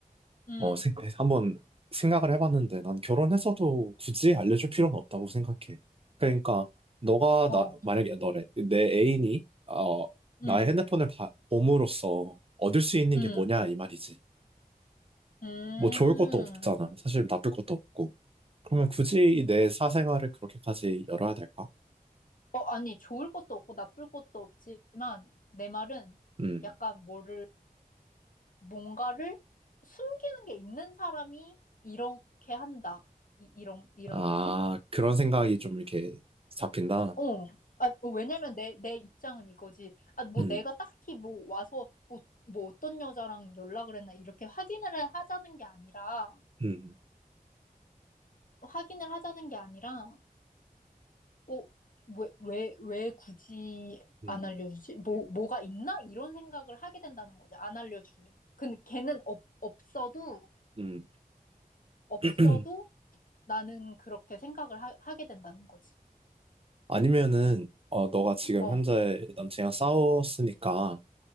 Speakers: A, on the left; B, on the right.
A: 음,
B: 어, 생, 네, 한번 생각을 해봤는데 난 결혼해서도 굳이 알려줄 필요는 없다고 생각해. 그러니까 너가
A: 어,
B: 나 만약에 너래 내 애인이 어 나의
A: 음,
B: 핸드폰을 봐- 봄으로써 얻을 수 있는
A: 음,
B: 게 뭐냐 이 말이지.
A: 음.
B: 뭐 좋을 것도 없잖아. 사실 나쁠 것도 없고. 그러면 굳이 내 사생활을 그렇게까지 열어야 될까?
A: 어, 아니, 좋을 것도 없고 나쁠 것도 없지만 내 말은
B: 음.
A: 약간 뭐를, 뭔가를 숨기는 게 있는 사람이 이렇게 한다. 이, 이런, 이런
B: 아,
A: 느낌?
B: 그런 생각이 좀 이렇게 잡힌다.
A: 어. 아, 어, 왜냐면 내, 내 입장은 이거지. 아, 뭐
B: 음.
A: 내가 딱히 뭐 와서 뭐, 뭐 어떤 여자랑 연락을 했나 이렇게 확인을 해- 하자는 게 아니라,
B: 음.
A: 확인을 하자는 게 아니라, 어, 왜, 왜, 왜 굳이
B: 음.
A: 안 알려주지? 뭐, 뭐가 있나? 이런 생각을 하게 된다는 거지. 안 알려주면. 근데 걔는 없, 없어도,
B: 음.
A: 없어도
B: <clears throat>
A: 나는 그렇게 생각을 하, 하게 된다는 거지.
B: 아니면은 어 너가 지금
A: 어,
B: 현재 남친이랑 싸웠으니까